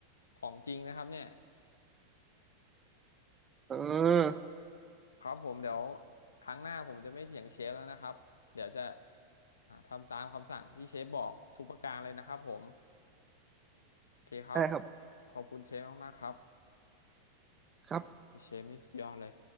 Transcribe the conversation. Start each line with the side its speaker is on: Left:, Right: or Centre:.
Left: ของจริงนะครับเนี่ย
Right: เออ
Left: ครับผมเดี๋ยวครั้งหน้าผมจะไม่เถียงเชฟแล้วนะครับเดี๋ยวจะอ่าทำตามคำสั่งที่เชฟบอกทุกประการเลยนะครับผมโอเคครับ
Right: ได้ครับ
Left: ขอบคุณเชฟมากๆครับ
Right: ครับ
Left: เชฟนี่สุดยอดเลย